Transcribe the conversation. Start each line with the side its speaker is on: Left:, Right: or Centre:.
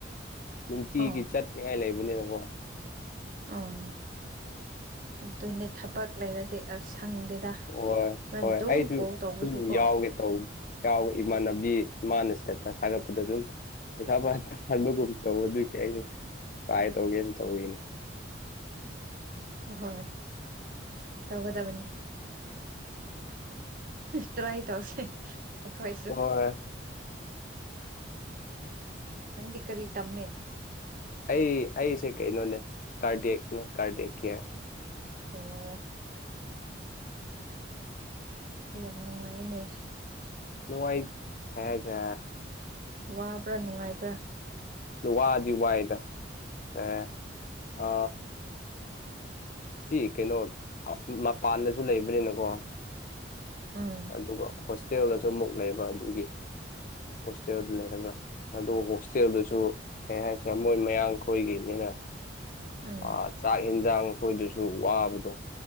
Left: ꯅꯨꯡꯇꯤꯒꯤ
Right: ꯑꯣ
Left: ꯆꯠꯅꯤꯉꯥꯏ ꯂꯩꯕꯅꯦꯀꯣ
Right: ꯎꯝ ꯑꯗꯨꯅꯦ ꯊꯕꯛ ꯂꯩꯔꯗꯤ ꯑꯁ ꯁꯪꯗꯦꯗ
Left: ꯑꫭꯏ
Right: ꯃꯥꯅ
Left: ꯍꯣꯏ
Right: ꯑꯗꯨꯝ
Left: ꯑꯩꯁꯨ
Right: ꯀꯣꯜ ꯇꯧꯕꯁꯨ
Left: ꯁꯨꯝ
Right: ꯀꯣ
Left: ꯌꯥꯎꯒꯦ ꯇꯧ ꯌꯥꯎꯋꯦ ꯏꯃꯥꯟꯅꯕꯤ ꯃꯥꯅ ꯏꯁꯇꯦꯇ꯭ꯁ ꯊꯥꯒꯠꯄꯗ ꯑꯗꯨꯝ ꯄꯩꯁꯥ ꯃꯌꯥꯝ ꯇꯟꯥꯕꯒꯨꯝ ꯇꯧꯕ ꯑꯗꯨꯏꯅꯦ ꯑꯩꯁꯨ ꯇꯔꯥꯏ ꯇꯧꯒꯦꯅ ꯇꯧꯔꯤꯅꯤ
Right: ꯑꯍꯣꯏ ꯇꯧꯒꯗꯕꯅꯤ ꯇꯔꯥ꯭ꯏ ꯇꯧꯁꯦ ꯑꯩꯈꫭꯏꯁꯨ
Left: ꯍꯣꯏ
Right: ꯅꯪꯗꯤ ꯀꯔꯤ ꯇꯝꯃꯦ
Left: ꯑꯩ ꯑꯩꯁꯦ ꯀꯩꯅꯣꯅꯦ ꯀꯥꯔꯗꯦꯛꯅꯦ ꯀꯥꯔꯗꯦꯛꯀꯤꯌꯔ
Right: ꯑꯣ ꯌꯥꯝ ꯅꯨꯡꯉꯥꯏꯌꯦꯅꯦ
Left: ꯅꯨꯡꯉꯥꯏ ꯕꯍꯥꯏꯖꯦ
Right: ꯋꯥꯕ꯭ꯔꯥ ꯅꯨꯡꯉꯥꯏꯕ꯭ꯔꯥ
Left: ꯑꯗꯨ ꯋꯥꯗꯤ ꯋꯥꯏꯗ ꯑꯦ ꯑ ꯁꯤ ꯀꯩꯅꯣ ꯑ ꯃꯄꯥꯟꯗꯁꯨ ꯂꯩꯕꯅꯤꯅꯀꯣ
Right: ꯎꯝ
Left: ꯑꯗꯨꯒ ꯍꯣꯁꯇꯦꯜꯗꯖꯨ ꯑꯃꯨꯛ ꯂꯩꯕ ꯑꯗꯨꯒꯤ ꯍꯣꯁꯇꯦꯜꯗ ꯂꯩꯔꯒ ꯑꯗꯨ ꯍꯣꯁꯇꯦꯜꯗꯨꯁꯨ ꯀꯩ ꯍꯥꯏꯁꯦ ꯃꯣꯏ ꯃꯌꯥꯡꯈꯣꯏꯒꯤꯅꯤꯅ
Right: ꯎꯝ
Left: ꯑꯥ ꯆꯥꯛꯏꯟ ꯌꯥꯝ ꯀꯨꯏꯗꯔꯁꯨ ꯋꯥꯕꯗꯣ